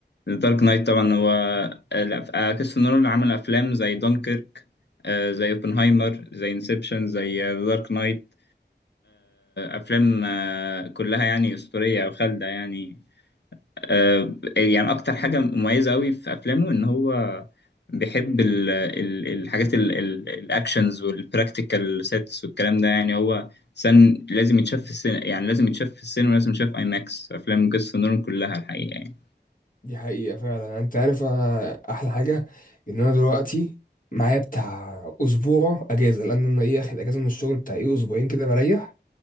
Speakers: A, on the left; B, on the left.
A: دارك نايت طبعا هو آه، لا، آه، كريستوفر نولان عمل افلام زي دونكيرك آه، زي اوبنهايمر زي انسبشن زي دارك نايت افلام آه، كلها يعني اسطوريه او خالده يعني آه، يعني اكتر حاجه مميزه قوي في افلامه ان هو بيحب ال- ال- الحاجات ال- ال- الاكشنز والبراكتيكال سيتس والكلام ده يعني هو سن لازم يتشاف في السينما يعني لازم يتشاف في السينما لازم يتشاف اي ماكس افلام كريستوفر نولان كلها الحقيقه يعني
B: دي حقيقة فعلا انت عارف انا احلى حاجة ان انا دلوقتي معايا بتاع اسبوع اجازة لان انا ايه اخد اجازة من الشغل بتاع ايه اسبوعين كده بريح